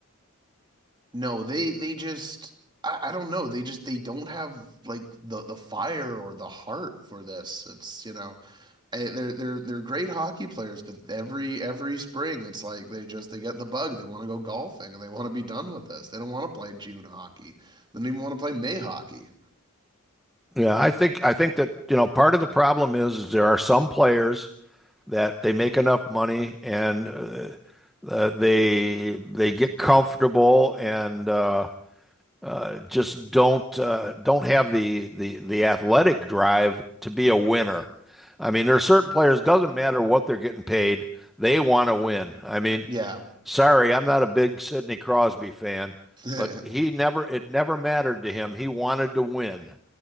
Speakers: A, on the right; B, in the centre.
A: No, they they just I, I don't know. They just they don't have like the the fire or the heart for this. It's, you know, eh, they're they're they're great hockey players, but every every spring it's like they just they get the bug. They want to go golfing and they want to be done with this. They don't want to play June hockey. They don't even want to play May hockey.
B: Yeah, I think I think that, you know, part of the problem is, is there are some players that they make enough money and uh, uh, they they get comfortable and uh, uh, just don't uh, don't have the the the athletic drive to be a winner. I mean, there are certain players, doesn't matter what they're getting paid, they want to win. I mean,
A: Yeah.
B: sorry, I'm not a big Sidney Crosby fan,
A: <laughs>
B: but he never it never mattered to him. He wanted to win,